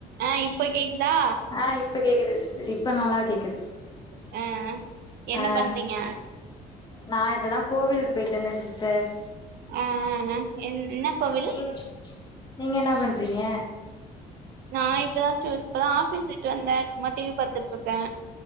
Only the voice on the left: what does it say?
அ இப்ப கேக்குது சிஸ்டர் இப்ப நல்லா கேக்குது
ஆ
நா இப்பதா கோவிலுக்கு போய்ட்டு வந்தே சிஸ்டர்
நீங்க நீங்க என்ன பண்றீங்க